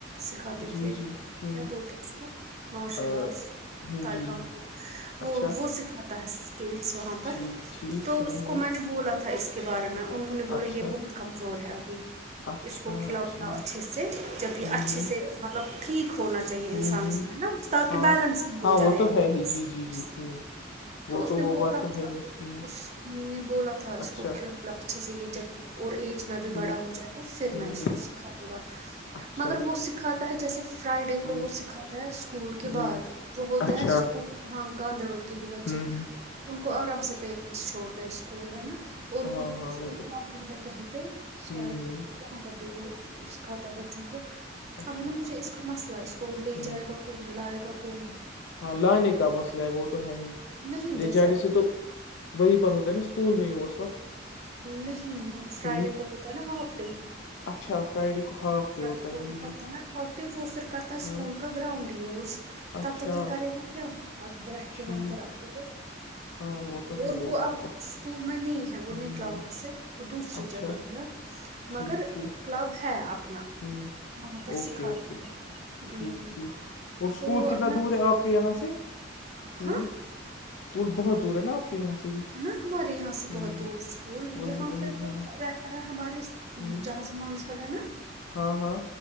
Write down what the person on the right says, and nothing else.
سکھاتے
تھے
کیا بولتے مارشل
آرٹس تائکان
وہ
وہ سکھاتا ہے گیٹس وہاں پر
تو
اس
کو میں نے بولا تھا اس کے بارے میں انہوں نے بولا
یہ بہت کمزور ہے ابھی
اس کو کھلاؤ
پلاؤ اچھے سے جب
یہ اچھے
سے مطلب ٹھیک ہونا چاہیے
انسان
اس میں ہے نا تاکہ
بیلنس ہو
جائے
پس
تو اس نے
بولا
تھا
اس نے بولا تھا
اس کو کھلا بولا اچھے سے یہ جب اور ایج میں بھی
بڑا ہو جائے گا پھر
میں اس
کو سکھاؤں گا
مگر وہ سکھاتا ہے جیسے فرائیڈے
کو وہ سکھاتا ہے اسکول
کے بعد وہ بولتا
ہے سکو ہاں گاندربل کے ہی بچے
ان کو آرام سے پیرنٹس چھوڑ تے اسکول ہے نا اور
وہ خھ
کنافی
ہے کہیں پہ شاید
وہاں پر بھی وہ اس کو سکھاتا ہے بچوں کو
اب ہے نا مجھے اس کا مسئلہ ہے اس کو لے
جائے گا کو لائے گا کون
نہیں
جیسے
آپ
نہیں نہیں فرائیڈے
کو ہوتا ہے نا ہاف ڈے
فرائیڈے
کو
ہوتا ہے ہاف وہ پھر کرتا اسکول
کا گراؤنڈ یوز
تب تک یہ کرے گا کیا ابرہ کے
وہاں پر اکیلے
اور وہ اب
اسکول میں نہیں ہے وہ
نکلا
وہاں سے وہ دوسری
جگہ گیا
مگر
کلب ہے اپنا
وہاں پر
سکھاتا
ہے ہ
تو اب
میں
ہاں
ہے نا ہمارے یہاں سے
بہت دور اسکول
یہاں
پہ وہ
رہتا ہے ہمارے
جہاں سے مانس بولے نا